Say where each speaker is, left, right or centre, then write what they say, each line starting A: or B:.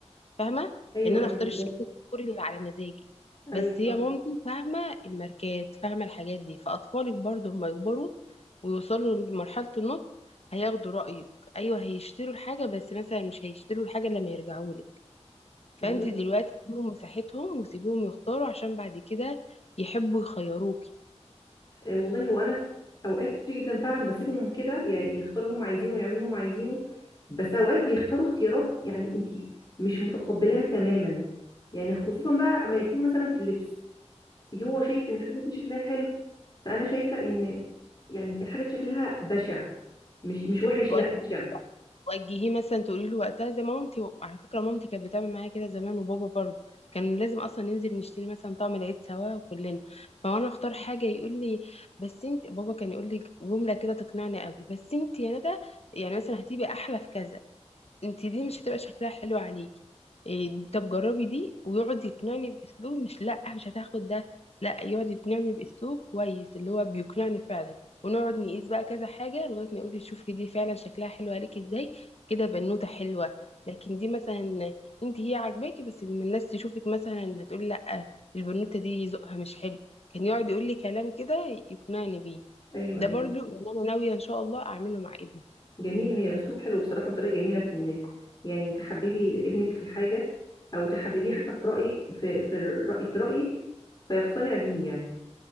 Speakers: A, on the left; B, on the left.
A: فاهمه
B: ايوه
A: ان انا
B: ايوه
A: اختار
B: بالظبط
A: الشكل الديكوري اللي على مزاجي
B: ايوه
A: بس هي
B: صح
A: مامتي فاهمه الماركات فاهمه الحاجات دي فاطفالك برضو لما يكبروا ويوصلوا لمرحله النضج هياخدوا رايك ايوه هيشتروا الحاجه بس مثلا مش هيشتروا الحاجه إلا لما يرجعوا لك فانت
B: والله
A: دلوقتي اديهم مساحتهم وسيبيهم يختاروا عشان بعد كده يحبوا يخيروكي
B: آه، والله هو انا في اوقات كتير جدا فعلا بسيبهم كده ي- يختاروا اللي هم عايزينه ويعملوا اللي هم عايزينه بس اوقات بيختاروا اختيارات يعني انت مش متقبلاها تماما يعني خصوصا بقى اما يكون مثلا في اللبس هو شايف ان الحاجه دي شكلها حلو فانا شايفه ان يعني الحاجه دي شكلها بشع مش مش وحش
A: اه
B: لا بشع
A: وجهيه مثلا تقولي له وقتها زي مامتي على فكره مامتي كانت بتعمل معايا كده زمان وبابا برضه كان لازم اصلا ننزل نشتري مثلا طعم العيد سوا وكلنا فانا اختار حاجه يقول لي بس انت بابا كان يقول لي جمله كده تقنعني قوي بس انت يا ندى يعني مثلا هتبقي احلى في كذا انت دي مش هتبقى شكلها حلو عليكي إيه طب جربي دي ويقعد يقنعني باسلوب مش لا مش هتاخد ده لا يقعد يقنعني باسلوب كويس اللي هو بيقنعني فعلا ونقعد نقيس بقى كذا حاجه لغايه ما يقول لي شوفي دي فعلا شكلها حلو عليكي ازاي كده بنوته حلوه لكن دي مثلا انت هي عاجباكي بس لما الناس تشوفك مثلا هتقول لا البنوته دي ذوقها مش حلو كان يقعد يقول لي كلام كده يقنعني بيه
B: ايوه
A: ده
B: ايوه
A: برضو اللي انا ناويه ان شاء الله اعمله مع ابني
B: جميل هي اسلوب حلو بصراحه وطريقه جميله في ان يعني تحببي ابنك في الحاجه او تحببيه حتى في رايك في في الراي في رايك فيقتنع بيه يعني